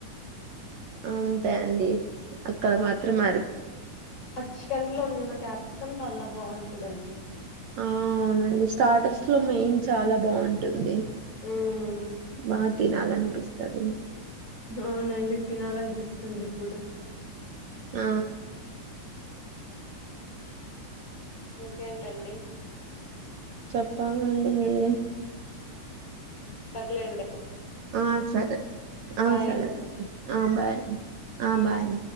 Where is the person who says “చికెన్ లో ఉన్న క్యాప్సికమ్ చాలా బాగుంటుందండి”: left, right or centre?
Left